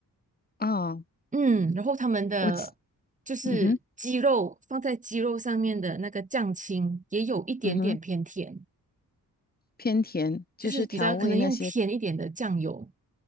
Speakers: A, on the left; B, on the right.
A: 啊、
B: 嗯，然后他们的就是鸡肉放在鸡肉上面的那个酱青也有一点点偏甜，
A: 我其嗯哼嗯哼，偏甜，就是调味那些
B: 就是比较可能用甜一点的酱油，